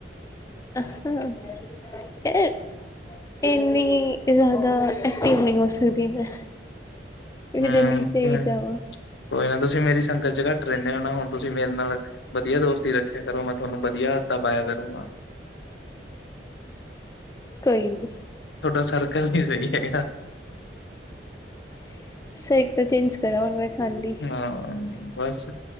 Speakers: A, on the left (about 20°); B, on the left (about 85°).
A: <unintelligible> ਏਨੀ ਜ਼ਾਦਾ ਐਕਟਿਵ ਨੀ ਹੋ ਸਕਦੀ ਮੈਂ।
B: ਹੂੰ-ਹੂੰ
A: ਫਿਰ ਰਨਿੰਗ ਤੇ ਵੀ ਜਾਵਾਂ।
B: ਕੋਈ ਨਾ ਤੁਸੀਂ ਮੇਰੀ ਸੰਗਤ 'ਚ ਘੱਟ ਰੈਣੇ ਓ ਨਾ, ਹੁਣ ਤੁਸੀਂ ਮੇਰੇ ਨਾਲ ਵਧੀਆ ਦੋਸਤੀ ਰੱਖ ਰੱਖਿਆ ਕਰੋ, ਮੈਂ ਥੋਨੂੰ ਵਧੀਆ ਆਦਤਾਂ ਪਾਇਆ ਕਰੂੰਗਾ।
A: ਕੋਈ ਨੀ।
B: ਥੋਡਾ ਸਰਕਲ ਨੀ ਸਈ ਹੈਗਾ।
A: <unintelligible> ਚੇਂਜ <unintelligible> ਮੈਂ ਖਾਂਦੀ।
B: ਨਾ, ਬਸ।